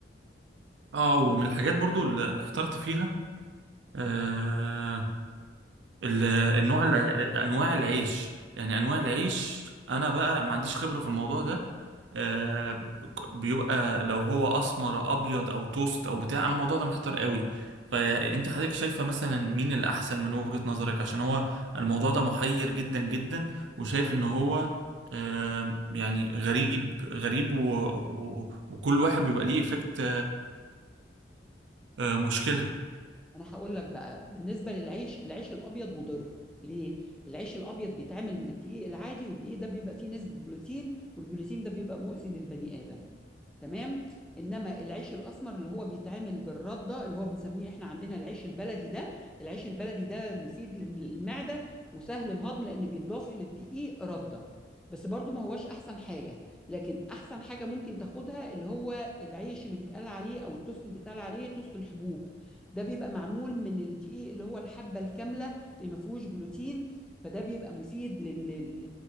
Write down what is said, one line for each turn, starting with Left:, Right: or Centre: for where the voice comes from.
Right: اه ومن الحاجات برضو اللي اللي احترت فيها آه، ال- النوع الع- انواع العيش يعني انواع العيش انا بقى ما عنديش خبرة في الموضوع ده آه، ك- بيبقى لو هو اسمر ابيض او توست او بتاع انا الموضوع ده محتار قوي فانت حضرتك شايفة مثلا مين الاحسن من وجهة نظرك عشان هو الموضوع ده محير جدا جدا وشايف ان هو آه، يعني غريب غريب و... و... وكل واحد بيبقى ليه افكت مشكلة
Centre: انا هقول لك بقى بالنسبه للعيش العيش الابيض مضر ليه العيش الابيض بيتعمل من الدقيق العادي والدقيق ده بيبقى فيه نسبه جلوتين والجلوتين ده بيبقى مؤذي للبني ادم تمام انما العيش الاسمر اللي هو بيتعمل بالرده اللي هو بنسميه احنا عندنا العيش البلدي ده العيش البلدي ده مفيد للمعده وسهل الهضم لان بيتضاف الى الدقيق رده بس برضو ما هوش احسن حاجه لكن احسن حاجه ممكن تاخدها اللي هو العيش اللي بيتقال عليه او التوست اللي بيتقال عليه توست الحبوب ده بيبقى معمول من الدقيق اللي هو الحبه الكامله اللي ما فيهوش جلوتين فده بيبقى مفيد لل... لل...